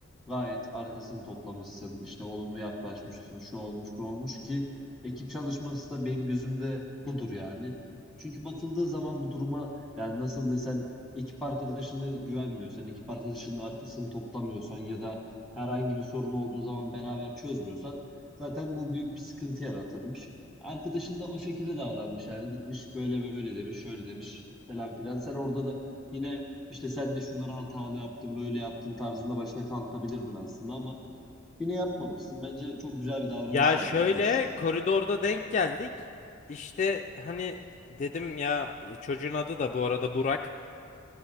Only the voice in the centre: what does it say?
gayet arkasını toplamışsın. işte olumlu yaklaşmışsın. Şu olmuş bu olmuş ki ekip çalışması da benim gözümde budur yani. Çünkü bakıldığı zaman bu duruma yani nasıl desem ekip arkadaşını güvenmiyorsan, ekip arkadaşının arkasını toplamıyorsan ya da herhangi bir sorun olduğu zaman beraber çözmüyorsan zaten bu büyük bir sıkıntı yaratırmış. Arkadaşın da o şekilde davranmış yani gitmiş böyle böyle demiş şöyle demiş falan filan. Sen orada da yine işte sen de şunları hatalı yaptın böyle yaptın tarzında başına kalkabilirdin aslında ama yine yapmamışsın. Bence çok güzel bir davranış
sergilemişsin.